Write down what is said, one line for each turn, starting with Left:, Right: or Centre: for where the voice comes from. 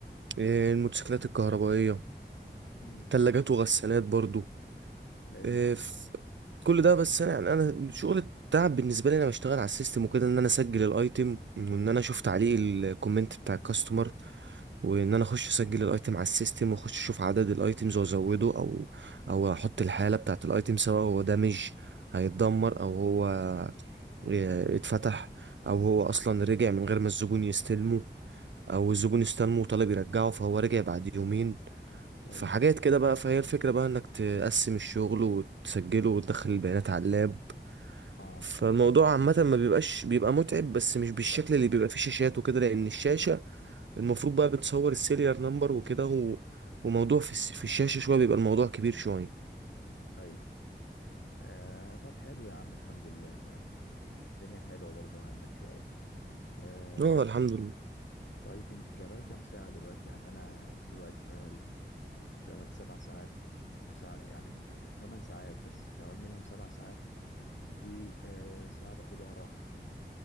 Right: آه،
Left: مم.
Right: الموتوسيكلات الكهربائية
Left: مم.
Right: تلاجات وغسالات برضو
Left: حلو
Right: آه، كل ده بس انا يعني انا شغل التعب بالنسبه لي انا بشتغل على السيستم وكده ان انا اسجل الايتم وان انا اشوف تعليق الكومنت بتاع الكاستمر وان انا اخش اسجل الايتم على السيستم واخش اشوف عدد الايتمز وازوده او او احط الحاله بتاعت الايتم سواء هو دامج هيتدمر او هو اه، اتفتح او هو اصلا رجع من غير ما الزبون يستلمه او الزبون استلمه وطلب يرجعه فهو رجع بعد يومين
Left: ايوه
Right: فحاجات كده بقى فهي الفكره بقى انك تقسم الشغل وتسجله وتدخل البيانات على اللاب
Left: اه
Right: فالموضوع عامة ما بيبقاش بيبقى متعب بس مش بالشكل اللي بيبقى فيه شاشات وكده لأن الشاشة المفروض بقى بتصور السيريال نمبر وكده و... وموضوع في, الس... في الشاشة شوية بيبقى الموضوع كبير شوية
Left: ايوه آه طب حلو يا عم الحمد لله يعني الدنيا حلوه برضو عندك شويه آه
Right: اه الحمد لله
Left: طيب انت شغال كام ساعه دلوقتي يعني انا دلوقتي شغال شغال سبع ساعات وساعة يعني تمن ساعات بس شغال منهم سبع ساعات وساعة باخدها راحة